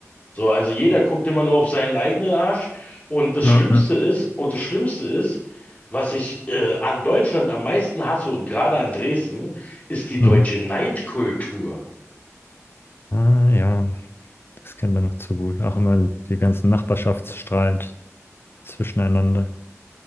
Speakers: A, on the left; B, on the left.
A: So, also jeder guckt immer nur auf seinen eigenen Arsch. Und das
B: Ja,
A: Schlimmste
B: ja.
A: ist, und das Schlimmste ist, was ich äh, an Deutschland am meisten hasse und gerade an Dresden, ist die deutsche
B: Mhm.
A: Neidkultur.
B: Ah, ja, das kennen wir noch zu gut. Auch immer die ganzen Nachbarschaftsstreit zwischeneinander.